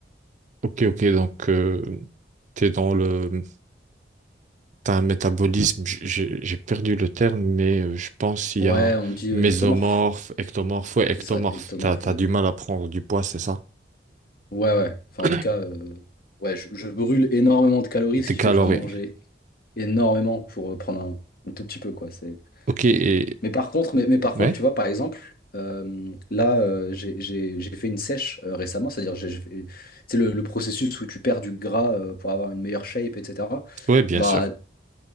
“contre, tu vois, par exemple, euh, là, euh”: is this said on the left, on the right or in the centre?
Left